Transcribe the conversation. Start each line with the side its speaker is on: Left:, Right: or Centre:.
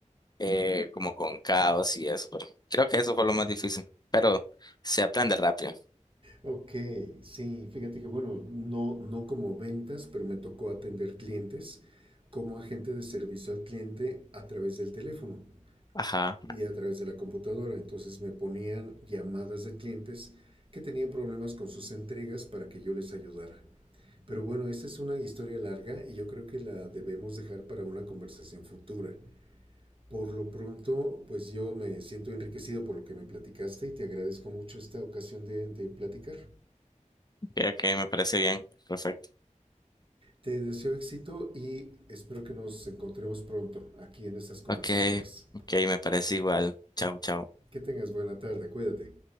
Left: eh, como con caos y eso, pero creo que eso fue lo más difícil, pero se aprende rápido.
Right: Ok, sí, fíjate que bueno, no, no como ventas, pero me tocó atender clientes como agente de servicio al cliente a través del teléfono
Left: Ajá,
Right: y a través de la computadora. Entonces me ponían llamadas de clientes que tenían problemas con sus entregas para que yo les ayudara. Pero bueno, esta es una historia larga y yo creo que la debemos dejar para una conversación futura. Por lo pronto, pues yo me siento enriquecido por lo que me platicaste y te agradezco mucho esta ocasión de, de platicar.
Left: ok, ok, me parece bien, perfecto.
Right: Te deseo éxito y espero que nos encontremos pronto aquí en estas conversaciones.
Left: Ok, ok, me parece igual. Chao, chao.
Right: Que tengas buena tarde, cuídate.